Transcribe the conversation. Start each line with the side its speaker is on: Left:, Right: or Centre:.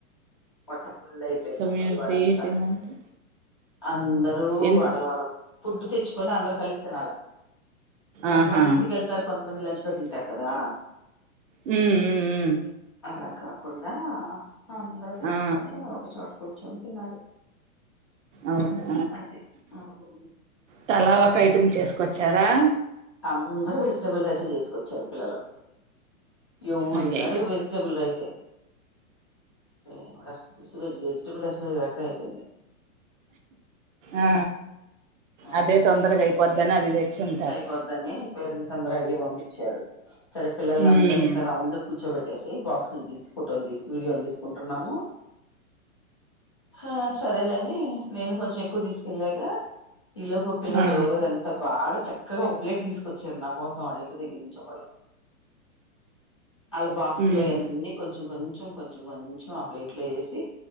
Left: పొట్ట ఫుల్ అయిపోయిందమ్మ
Right: కమ్యూనిటీ
Left: ఇవాళ్లంతా.
Right: ఈటింగ్ అంటే
Left: అందరూ
Right: ఎన్ని
Left: వాళ్ళ, వాళ్ళ ఫుడ్ తెచ్చుకొని అందరు కలిసి తినాలా. కొంతమంది
Right: ఆహా!
Left: ఇంటికెళ్తారు, కొంతమంది లంచ్ లో తింటారు కదా!
Right: హ్మ్. హ్మ్. హ్మ్.
Left: అలా కాకుండా అన్
Right: ఆ!
Left: కొని ఒకచోట కూర్చొని తినాలి.
Right: అవునా,
Left: అదే అవును
Right: తలా ఒక ఐటమ్ చేసుకొచ్చారా?
Left: అందరు వెజిటబుల్ రైస్ ఏ చేసుకొచ్చారు పిల్లలు. ఎవడ్నాడుగు
Right: అయ్యయ్యో!
Left: వెజిటబుల్ రైసెయ్ దేవుడా. విస్గేజ్ వెజిటేబుల్ రైస్ పైన విరకతి అయిపోయింది.
Right: ఆ
Left: ఆ
Right: అదే తొందరగా అయిపోద్దని అది తెచ్చి ఉంటారు.
Left: పోద్దని పేరెంట్స్ అందరు అయ్యే పంపించారు. సరే పిల్లనందర్నీ
Right: హ్మ్.
Left: ఇట్లా రౌండ్ కూర్చోబెట్టేసి బాక్స్. <unintelligible> తీస్, ఫోటోలు తీస్, వీడియోల్ తీసుకుంటన్నాము. హా సరేలే అని నేను కొంచెం ఎక్కువ తీసుకెళ్ళాగా. ఈ లోపు పిల్లలు
Right: ఆ!
Left: ఎంత బాగా చక్కగా ఒక ప్లేట్ తీసుకొచ్చారు, నా కోసం వాళ్ళు ఇంటి దగ్గర నుంచి ఒకళ్ళు. వాళ్ళ బాక్స్
Right: హ్మ్.
Left: లో అన్నీ కొంచెం, కొంచెం, కొంచెం, కొంచెం ఆ ప్లేట్లో ఏసీ